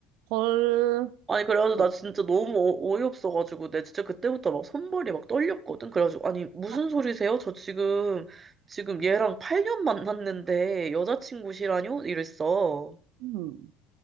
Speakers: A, on the right (about 75°); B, on the right (about 25°).
A: 헐.
B: 아니, 그래가지고
A: 어.
B: 나 진짜 너무 어, 어이없어가지고, 내 진짜 그때부터 막 손발이 막 떨렸거든? 그래가지고, 아니, 무슨
A: 아,
B: 소리세요? 저 지금, 지금 얘랑 8년 만났는데 여자친구시라뇨? 이랬어.
A: 응.